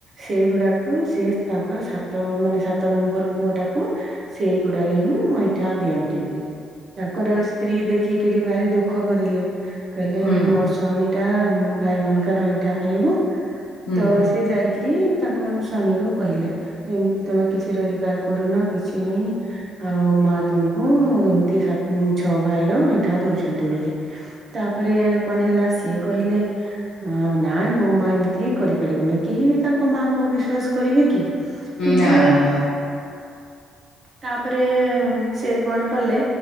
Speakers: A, on the right; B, on the left.
A: ସେଇଗୁଡାକୁ ସେ ତାଙ୍କର ସାତ ମାନେ ସାତ ନମ୍ବର ପୁଅ ଟାକୁ ସେଇଗୁଡାରେ ହିଁ ଅଇଁଠା ଚା ଦିଅନ୍ତି ବି ତାଙ୍କର ସ୍ତ୍ରୀ ଦେଖିକିରି ଭାରି ଦୁଃଖ କରିଲେ। କହିଲେ
B: ହୁଁ
A: ମୋ ସ୍ଵାମୀ ଟା ଭାଇ ମାନଙ୍କ ର ଅଇଁଠା ଖାଇବ ତ
B: ହୁଁ ହୁଁ
A: ସେ ଯାଇକିରି ତାଙ୍କ ସ୍ଵାମୀ କୁ କହିଲେ ଏମିତି ତମେ କିଛି ରୋଜଗାର କରୁନା କିଛି ନାଇଁ ଆଉ ମା ତମକୁ ଏମତି ଛଅ ଭାଇ ର ଅଇଁ ଅଇଁଠା ଦଉଛନ୍ତି ବୋଲି ତାପରେ କଣ ହେଲା ସିଏ କହିଲେ ହଁ ନାଇଁ ମୋ ମା ଏମିତି କରିପାରିବନି। କେହି ବି ତାଙ୍କ ମାଆ କୁ ଅବିଶ୍ଵାସ କରିବେ କି। କିନ୍ତୁ
B: ନା-ନା।
A: ତାପରେ ସେ କଣ କଲେ